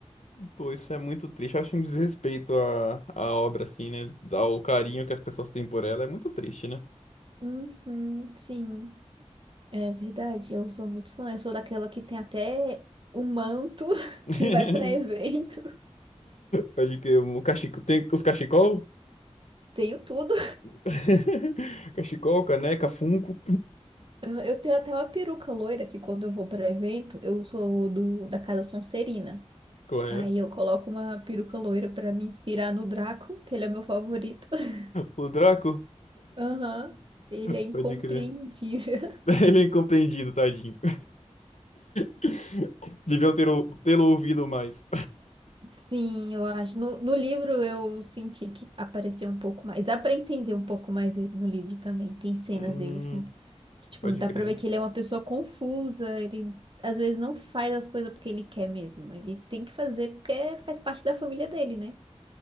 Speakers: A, on the left; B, on the right.
A: pô, isso é muito triste. Eu acho um desrespeito à, à obra, assim, né? Ao carinho que as pessoas têm por ela. É muito triste, né?
B: Uhum, sim. É verdade, eu sou muito fã. Eu sou daquela que tem até o manto <laughs>
A: <laughs>
B: que vai pra evento.
A: Pode que o cachecol. Tem os cachecol?
B: Tenho tudo.
A: <laughs> Cachecol, caneca, funko.
B: Eu eu tenho até uma peruca loira que quando eu vou pra evento, eu sou do, da Casa Sonserina.
A: <laughs> Correto.
B: Aí eu coloco uma peruca loira pra me inspirar no Draco, que ele é meu favorito. <laughs>
A: O Draco?
B: Aham, Ele é incompreendível.
A: Pode crer. <laughs> Ele é incompreendido, tadinho. <laughs> Deviam ter o- tê-lo ouvido mais.
B: Sim, eu acho. No, no livro eu senti que apareceu um pouco mais. Dá pra entender um pouco mais ele no livro também. Tem cenas
A: Hum,
B: dele, assim, que, tipo,
A: pode
B: dá
A: crer.
B: pra ver que ele é uma pessoa confusa. Ele, às vezes, não faz as coisas porque ele quer mesmo. Ele tem que fazer porque faz parte da família dele, né?